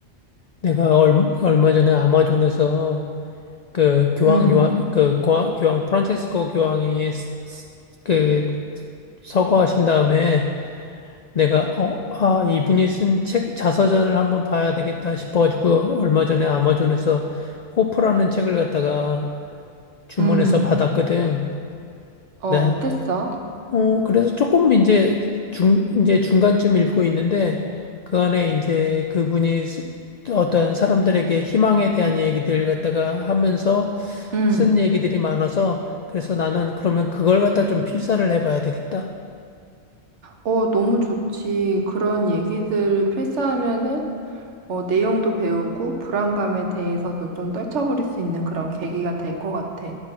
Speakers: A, on the left; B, on the right.
A: 내가 얼, 얼마 전에 아마존에서 그 교황
B: 음,
A: 요한 그 고아- 교황 프란체스코 교황이 스- 스- 그 서거하신 다음에 내가 어, 아, 이분이 쓴 책 자서전을 한번 봐야 되겠다 싶어가지고 얼마 전에 아마존에서 호프라는 책을 갖다가 주문해서
B: 음,
A: 받았거든.
B: 어,
A: 나
B: 어땠어?
A: 어, 그래서 조금 이제 중, 이제 중간쯤 읽고 있는데 그 안에 이제 그분이 쓰- 어떤 사람들에게 희망에 대한 얘기들 갖다가 하면서
B: 음.
A: 쓴 얘기들이 많아서 그래서 나는 그러면 그걸 갖다 좀 필사를 해봐야 되겠다.
B: 어, 너무 좋지. 그런 얘기들 필사하면은 어, 내용도 배우고 불안감에 대해서도 좀 떨쳐버릴 수 있는 그런 계기가 될 것 같아.